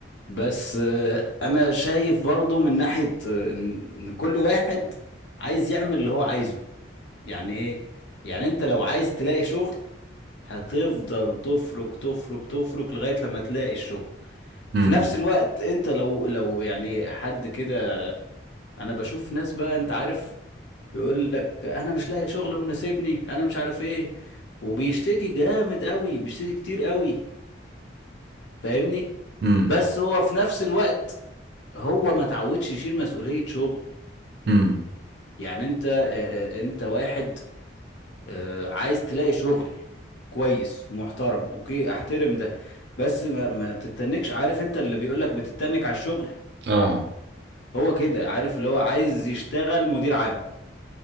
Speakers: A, on the left; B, on the right.
A: بس آه، انا شايف برضو من ناحية آه، ان إن كل واحد عايز يعمل اللي هو عايزه يعني ايه يعني انت لو عايز تلاقي شغل هتفضل تفرك تفرك تفرك لغاية لما تلاقي الشغل
B: امم
A: في نفس الوقت انت لو لو يعني حد كده انا بشوف ناس بقى انت عارف يقول لك انا مش لاقي شغل مناسبني انا مش عارف ايه وبيشتكي جامد قوي بيشتكي كتير قوي فاهمني
B: امم
A: بس هو في نفس الوقت هو ما تعودش يشيل مسؤولية شغل
B: امم
A: يعني انت آه، آه، انت واحد آه، عايز تلاقي شغل كويس ومحترم اوكي احترم ده بس ما, ما تتنكش عارف انت اللي بيقولك بتتنك على الشغل
B: آه
A: هو كده عارف اللي هو عايز يشتغل مدير عام